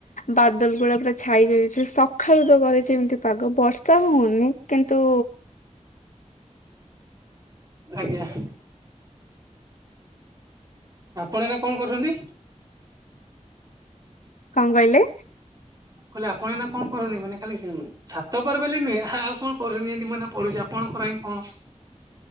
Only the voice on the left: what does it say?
ବାଦଲ ଗୁଡା ପୁରା ଛାଇ ଯାଇଛି ସକାଳୁ ତ କରେଇଛି ଏମିତି। ପାଗ ବର୍ଷା ହଉନି। କିନ୍ତୁ
କଣ କହିଲେ?